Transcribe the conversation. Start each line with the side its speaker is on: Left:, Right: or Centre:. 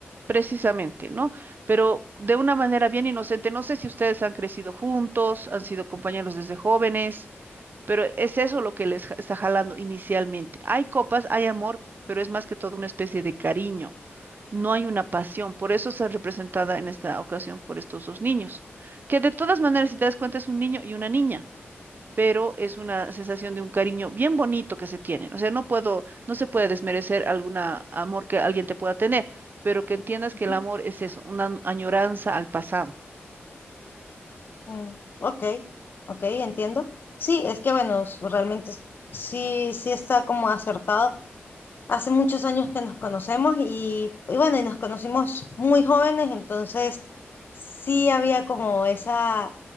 Right: precisamente, ¿no? Pero de una manera bien inocente. No sé si ustedes han crecido juntos, han sido compañeros desde jóvenes, pero es eso lo que les ja- está jalando inicialmente. Hay copas, hay amor, pero es más que todo una especie de cariño. No hay una pasión, por eso está representada en esta ocasión por estos dos niños, que de todas maneras, si te das cuenta, es un niño y una niña. pero es una sensación de un cariño bien bonito que se tienen. O sea, no puedo, no se puede desmerecer algún amor que alguien te pueda tener, pero que entiendas
Left: ujú.
Right: que el amor es eso, una an- añoranza al pasado.
Left: Mm, ok, ok, entiendo. Sí, es que bueno, s- realmente s- sí, sí está como acertado. Hace muchos años que nos conocemos y, y bueno, y nos conocimos muy jóvenes, entonces sí había como esa,